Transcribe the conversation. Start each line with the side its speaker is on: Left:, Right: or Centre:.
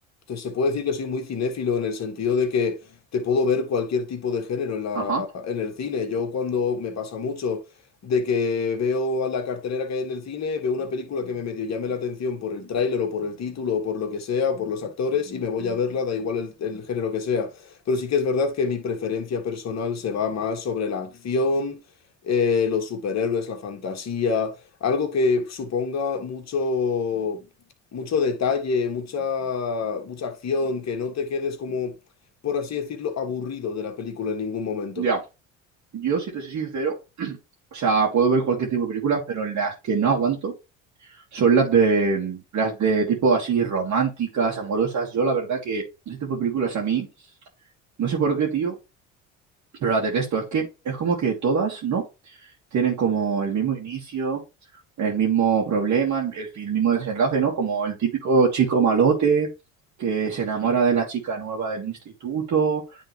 Left: te- se puede decir que soy muy cinéfilo en el sentido de que te puedo ver cualquier tipo de género en la,
Right: Ajá.
Left: en el cine. Yo cuando me pasa mucho de que veo a la cartelera que hay en el cine, veo una película que me medio llame la atención por el tráiler o por el título o por lo que sea, o por los actores y me voy a verla, da igual el, el género que sea. Pero sí que es verdad que mi preferencia personal se va más sobre la acción, eh, los superhéroes, la fantasía algo que suponga mucho, mucho detalle, mucha, mucha acción, que no te quedes como, por así decirlo, aburrido de la película en ningún momento.
Right: Ya. Yo, si te soy sincero, o sea, puedo ver cualquier tipo de películas, pero las que no aguanto Son las de las de tipo así románticas, amorosas. Yo la verdad que ese tipo de películas a mí, no sé por qué, tío, pero las detesto. Es que es como que todas, ¿no? Tienen como el mismo inicio, el mismo problema, el, fi- el mismo desenlace, ¿no? Como el típico chico malote que se enamora de la chica nueva del instituto,